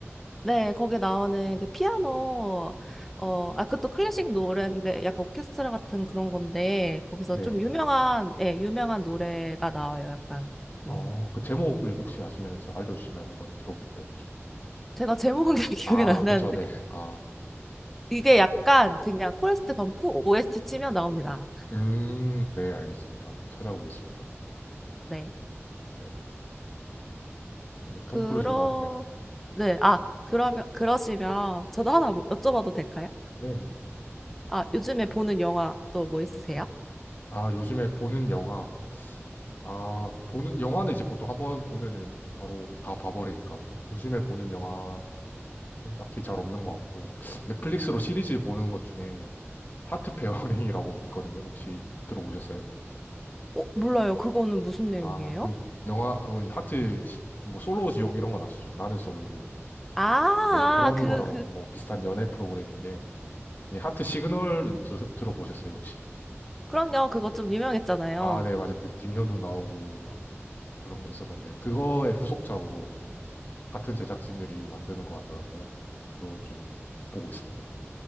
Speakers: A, in the centre; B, on the left.
A: 네, 거기 나오는 그 피아노, 어, 아, 그것도 클래식 노래인데 약간 오케스트라 같은 그런 건데 거기서
B: 네.
A: 좀 유명한, 예, 유명한 노래가 나와요, 약간.
B: 어,
A: 음.
B: 그 제목을 혹시 아시면 제가 알려주시면 한번 들어볼게요. 나중에.
A: 제가 제목은 <laughs> 잘 기억이
B: 아,
A: 안 나는데
B: 그쵸, 네. 아,
A: 이게 약간 그냥 포레스트 검프 OST 치면 나옵니다.
B: 음, 네, 알겠습니다. 찾아보겠습니다.
A: 네,
B: 네. 그러면
A: 그러,
B: 톰 크루즈 나, 네.
A: 네, 아, 그러면 그러시면 저도 하나 뭐- 여쭤봐도 될까요?
B: 네네.
A: 아, 요즘에 보는 영화 또 뭐 있으세요?
B: 아, 요즘에 보는 영화. 아, 보는, 영화는 이제 보통 한번 보면은 바로 다 봐버리니까. 요즘에 보는 영화. 딱히 잘 없는 것 같고. 넷플릭스로 시리즈 보는 것 중에 하트 페어링이라고 있거든요. 혹시 들어보셨어요?
A: 어, 몰라요. 그거는 무슨 내용이에요?
B: 아, 그 영화 그건 이제 하트 시- 뭐 솔로 지옥 이런 건 아시죠? 나는 솔로.
A: 아,
B: 네, 그런
A: 그,
B: 거랑
A: 그,
B: 뭐 비슷한 연애 프로그램인데 이 하트 시그널은 들, 들어보셨어요, 혹시?
A: 그럼요. 그거 좀 유명했잖아요.
B: 아, 네, 맞아요. 그 김현우 나오고 막 그런 거 있었는데 그거의 후속작으로 같은 제작진들이 만드는 것 같더라고요. 그거 좀 보고 있습니다.